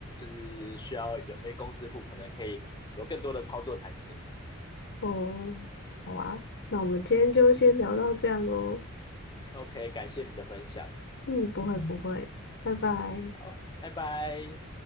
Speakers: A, on the left; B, on the left.
A: 是需要有诶公司户可能可以有更多的操作弹性。
B: <laughs> 哦，好啊，那我们今天就先聊到这样喽。
A: OK，感谢你的分享，
B: 嗯，不会不会，拜拜。
A: 好，拜拜。